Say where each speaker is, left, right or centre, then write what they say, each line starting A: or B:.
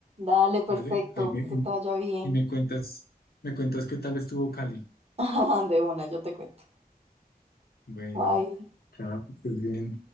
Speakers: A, on the right (about 40°); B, on the left (about 75°).
A: Dale, perfecto,
B: ¿vale? Ahí me,
A: que te vaya bien.
B: y me cuentas, me cuentas qué tal estuvo Cali.
A: <laughs> De una, yo te cuento.
B: Bueno,
A: Bye.
B: chao, que estés bien.